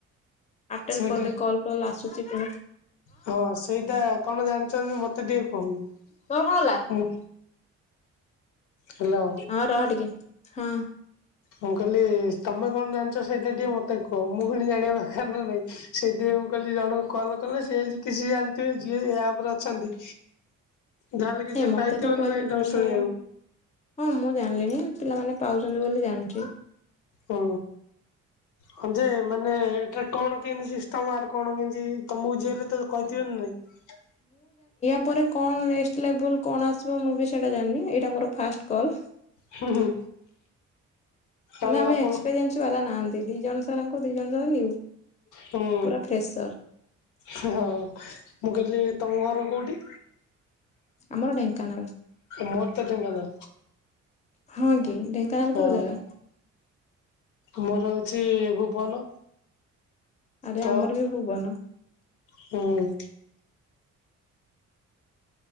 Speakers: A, on the left; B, on the left.
A: ଆଟେନ
B: ସେଇଟା
A: କଲେ କଲ ଫଲ୍ ଆସୁଛି ପୁଣି।
B: ହଁ ସେଇଟା କଣ ଜାଣିଛନ୍ତି ମତେ ଟିକେ କୁହନ୍ତୁ।
A: ତୋର କଣ ଗଲା
B: ମୁଁ ହ୍ୟାଲୋ।
A: ହଁ ରହ ଟିକେ ହଁ।
B: ମୁଁ କହିଲି ତମେ କଣ ଜାଣିଛ ସେଇଟା ଟିକେ ମତେ କୁହ ମୁଁ ପୁଣି ଜାଣିବା ଦରକାର ନା ନାଇଁ। ସେଇଥି ପାଇଁ ମୁଁ କହିଲି ଜଣଙ୍କୁ କଲେ ସିଏ ଯଦି କିଛି ଜାଣିଥିବେ ଯିଏ ଏ ଆପରେ ଅଛନ୍ତି। ଯାହାହେଲେ କିଛି
A: ଏ ମତେ
B: ପାଇଥିବ
A: ତ କୁହାଯାଇ
B: ନା ନାଇଁ ତମେ ଶୁଣିବାକୁ
A: ମୁଁ ହଁ ମୁଁ ଜାଣିଲିଣିି। ପିଲାମାନେ ପାଉଛନ୍ତି ବୋଲି ଜାଣିଛି।
B: ହୁଁ ହଁ ଯେ। ମାନେ ଏଟା କଣ କେମତି ସିଷ୍ଟମ ଆର କଣ କେମତି। ତମକୁ ଯିଏ ହେଲେ ତ କହିଥିବେ ନା ନାଇଁ।
A: ତାପରେ କଣ ନେକ୍ସ୍ଟ ଲେବୁଲ କଣ ଆସିବ ମୁଁ ବି ସେଇଟା ଜାଣିନି ଏଇଟା ମୋର ଫାଷ୍ଟ କଲ।
B: ହୁଁ ହୁଁ।
A: ମାନେ
B: ଆଉ
A: ଆମେ
B: ଆପଣ
A: ଏକ୍ସପେରିଏନ୍ସ ବାଲା ନାହାନ୍ତି ଦି ଜଣ ସାରଙ୍କୁ ଦି ଜଣ ଯାକ ନିଉ।
B: ହୁଁ
A: ପୁରା ଫ୍ରେସର
B: ହଁ ମୁଁ କହିଲି ତମ ଘର କୋଉଠି।
A: ଆମର ଢେଙ୍କାନାଳ।
B: ମୋର ତ ଢେଙ୍କାନାଳ
A: ହଁ କି ଢେଙ୍କାନାଳ
B: ହଁ।
A: କୋଉ ଜାଗା।
B: ମୋର ହଉଛି ଭୁବନ।
A: ଆରେ
B: ତୋର
A: ଆମର ବି ଭୁବନ।
B: ହୁଁ।